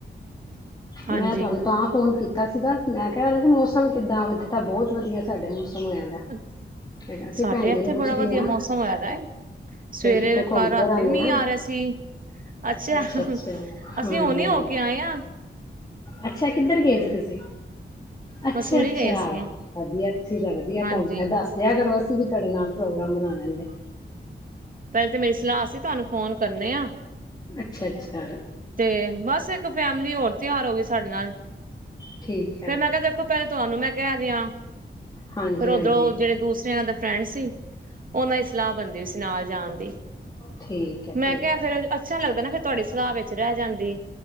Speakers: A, on the right; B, on the left.
A: ਹਾਂਜੀ।
B: ਮੈਂ ਤੁਹਾਨੂੰ ਤਾਂ ਫੋਨ ਕੀਤਾ। ਕੀਤਾ ਸੀਗਾ ਮੈਂ ਕਿਹਾ ਉਰੇ ਤਾਂ ਮੌਸਮ ਕਿੱਦਾਂ ਇੱਥੇ ਤਾਂ ਬਹੁਤ ਵਧੀਆ ਸਾਡੇ ਮੌਸਮ। ਹੋਇਆ ਦਾ।
A: ਅੱਛਾ
B: ਮੈਂ ਕਿਹਾ ਸੀ
A: ਸਾਡੇ
B: ਭੈਣ ਜੀ
A: ਇੱਥੇ
B: ਨੂੰ ਪੁੱਛਦੀ
A: ਬੜਾ ਵਧੀਆ
B: ਆ
A: ਮੌਸਮ ਆਇਦਾ ਸਵੇਰੇ
B: ਬਈ ਕਿਤੇ
A: ਅ
B: ਘੁੰਮ
A: ਰਾਤੀ
B: ਫਿਰ ਆਨੇ
A: ਵੀ ਮੀਂਹ ਆ ਰਿਹਾ ਸੀ ਅੱਛਾ
B: ਅੱਛਾ-ਅੱਛਾ,
A: ਅਸੀਂ
B: ਹਾਂਜੀ-ਹਾਂਜੀ,
A: ਹੋਣੀ ਹੋ ਕੇ ਆਏ ਹਾਂ।
B: ਅੱਛਾ ਕਿੱਧਰ ਗਏ ਸੀ ਤੁਸੀਂ ਅੱਛਾ
A: ਮਸੂਰੀ
B: ਅੱਛਾ
A: ਗਏ ਸੀਗੇ,
B: ਵਧੀਆ ਤੁਸੀਂ ਤਾਂ
A: ਹਾਂਜੀ।
B: ਘੁੰਮ ਫਿਰ ਦੱਸ ਦਿਆਂ ਕਰੋ ਫੇਰ ਅਸੀਂ। ਤੁਸੀਂ ਵੀ ਸਾਡੇ ਨਾਲ ਪ੍ਰੋਗਰਾਮ ਬਣਾ ਲੈਂਦੇ।
A: ਪਹਿਲੇ ਤੇ ਮੇਰੀ ਸਲਾਹ ਸੀ ਤੁਹਾਨੂੰ ਫੋਨ ਕਰਨੇ ਆ।
B: ਅੱਛਾ-ਅੱਛਾ,
A: ਤੇ ਬਸ ਇੱਕ ਫੈਮਲੀ ਹੋਰ। ਤਿਉਹਾਰ ਹੋਗੇ ਸਾਡੇ ਨਾਲ
B: ਠੀਕ ਹੈ।
A: ਫੇਰ ਮੈਂ ਕਿਹਾ ਦੇਖੋ ਪਹਿਲੇ ਤੁਹਾਨੂੰ ਮੈਂ ਕਹਿ ਦਿਆਂ,
B: ਹਾਂਜੀ-ਹਾਂਜੀ
A: ਫਿਰ ਉਧਰੋਂ ਜਿਹੜੇ ਦੂਸਰੇ ਇਹਨਾਂ ਦੇ ਫਰੈਂਡ ਸੀ ਉਹਨਾਂ ਦੀ ਸਲਾਹ ਬਣਗੀ। ਜਿਸ ਨਾਲ ਜਾਣ ਦੀ
B: ਠੀਕ ਐ-ਠੀਕ
A: ਮੈਂ ਕਿਹਾ
B: ਐ
A: ਫੇਰ ਅੱਛਾ ਲੱਗਦਾ ਨਾ ਫਿਰ, ਤੁਹਾਡੀ ਸਲਾਹ ਵਿੱਚ ਰਹਿ ਜਾਂਦੀ।